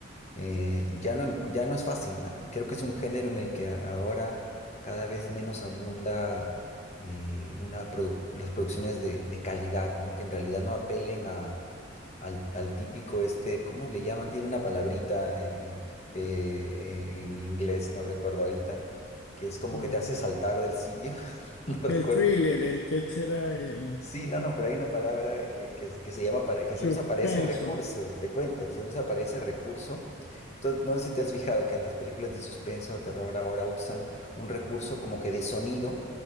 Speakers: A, on the left; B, on the left.
A: eh, ya no, ya no es fácil, ¿no? Creo que es un género en el que a- ahora cada vez menos abunda eh, una produ- las producciones de, de calidad, ¿no? Que en realidad no apelen a al, al típico este, ¿cómo le llaman? Tiene una palabrita eh, eh, eh, en inglés, no recuerdo ahorita, que es como
B: bueno,
A: que te hace saltar del sitio, <laughs> no recuerdo,
B: el thriller, el que será el
A: Sí, no, no, pero hay una palabra que, que, que se llama, para- que
B: suspenso.
A: se usa para ese recurso, te cuento, se usa para ese recurso. To- no sé si te has fijado que en las películas de suspenso o terror ahora usan un recurso como que de sonido